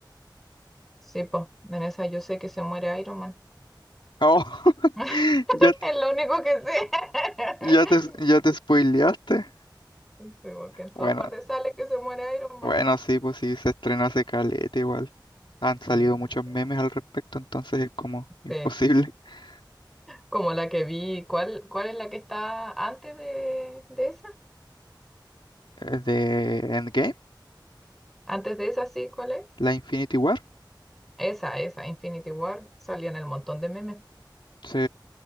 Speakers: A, in the centre; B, on the left.
A: Sí, pues, en esa yo sé que se muere Iron Man.
B: Oh, <laughs>
A: <laughs>
B: ya, te-
A: Es lo único que sé. <laughs>
B: ya te, ya te spoileaste.
A: Sí, porque en todas
B: Bueno,
A: partes sale que se muere Iron
B: Bueno,
A: Man.
B: sí, pues sí, se estrenó hace caleta igual. Han salido
A: Mm,
B: muchos
A: o
B: memes
A: sea,
B: al respecto, entonces es como imposible.
A: Sí,
B: <laughs>
A: como la que vi. ¿Cuál, cuál es la que está antes de, de esa?
B: Eh, De Endgame,
A: Antes de esa, sí, ¿cuál es?
B: la Infinity War.
A: Esa, esa, Infinity War. Salían el montón de memes.
B: Sí.